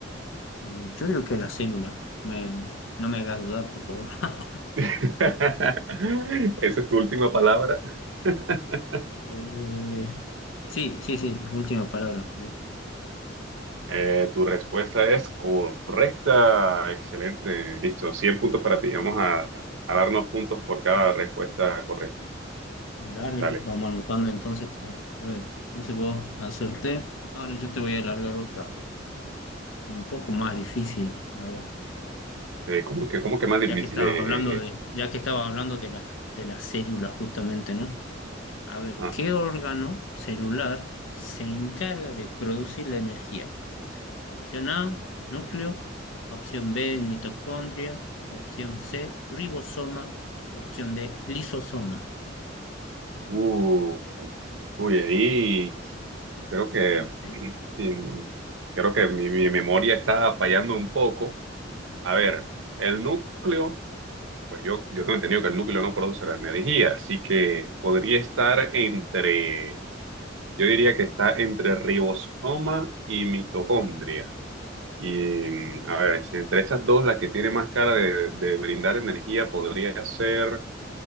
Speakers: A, on the left; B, on the right.
A: Mm, Yo digo que la célula, me, no me hagas dudar, por favor. <laughs>
B: <laughs> Esa es tu última palabra. <laughs>
A: Eh, sí, sí, sí, última palabra. Me-
B: Eh, tu respuesta es correcta. Excelente. Listo. cien puntos para
A: bien,
B: ti. Vamos a, a darnos puntos por cada respuesta correcta.
A: dale,
B: Dale.
A: vamos anotando entonces. A ver, entonces vos acerté, ahora yo te voy a alargar otra. un poco más difícil, a ver,
B: Eh, ¿cómo que, cómo que más difícil?
A: ya que estabas
B: Eh, eh,
A: hablando de,
B: eh. eh.
A: ya que estabas hablando de la, de las células justamente, ¿no? A ver,
B: Ajá.
A: ¿qué órgano celular se encarga de producir la energía? Opción A, núcleo, opción B, mitocondria, opción C, ribosoma, opción D, lisosoma.
B: Uh. Uy, ahí creo que
A: ¿Te maté?
B: <clears throat> sin creo que mi, mi memoria está fallando un poco. A ver, el núcleo, pues yo, yo tengo entendido que el núcleo no produce la energía, así que podría estar entre, yo diría que está entre ribosoma y mitocondria. Y a ver, si entre esas dos, la que tiene más cara de, de brindar energía podría ser,